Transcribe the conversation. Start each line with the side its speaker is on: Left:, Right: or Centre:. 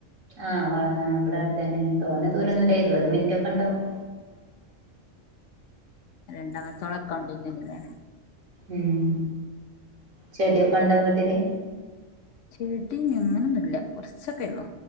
Right: ആഹ് ഇവിടെ അടുതന്നെ തോനാ ദൂരോന്നി ത്തെ ഇരുപത് മിനിറ്റൊക്കെണ്ടാവും
Left: രണ്ടാമത്തോള ഒക്ക ഉണ്ടന്നല്ലേ
Right: ഉം ചെടിയൊക്കെ ഉണ്ടോ വീട്ടില്
Left: ചെടങ്ങനൊന്നും ഇല്ല കുറച്ചൊക്കെ ഉള്ളു